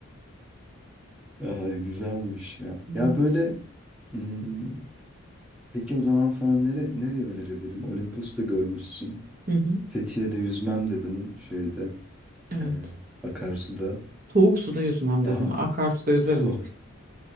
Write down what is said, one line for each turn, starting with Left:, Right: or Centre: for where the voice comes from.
Centre: Ay, güzelmiş ya.
Right: Hı
Centre: Ya böyle hmm, peki o zaman sana nere, nereye önerebilirim? Olimpos'ta görmüşsün.
Right: hı. hı.
Centre: Fethiye'de yüzmem dedin şeyde
Right: Evet.
Centre: e, akarsuda.
Right: Soğuk suda yüzmem
Centre: Daha
Right: dedim. Akarsuda yüzerim
Centre: soğuk.
Right: dur.